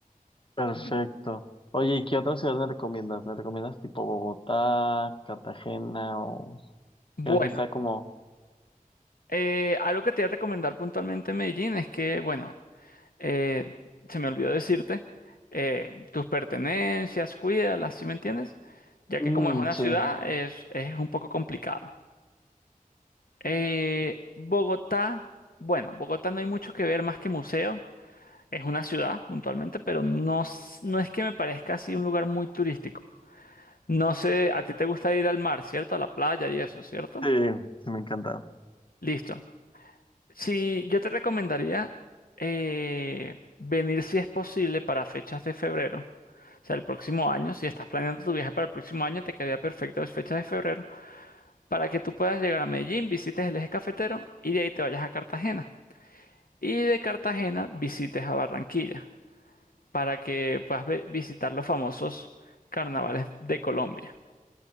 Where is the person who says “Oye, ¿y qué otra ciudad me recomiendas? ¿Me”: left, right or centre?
Left